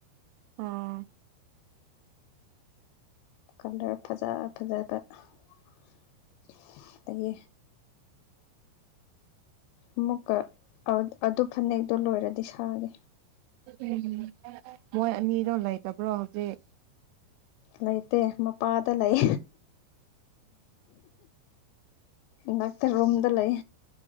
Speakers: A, on the right; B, on the left.
A: ꯑꯣ
B: ꯀꯂꯔ ꯐꯖ ꯐꯖꯕ ꯑꯗꯒꯤ ꯑꯃꯨꯛꯀ ꯑꯗꯨ ꯐꯅꯦꯛꯇꯣ ꯂꯣꯏꯔꯗꯤ ꯁꯥꯒꯦ
A: ꯎꯝ ꯃꯣꯏ ꯑꯅꯤꯔꯣ ꯂꯩꯇꯕ꯭ꯔꯣ ꯍꯧꯖꯤꯛ
B: ꯂꯩꯇꯦ ꯃꯄꯥꯗ ꯂꯩ ꯗꯛꯇ ꯔꯨꯝꯝꯗ ꯂꯩ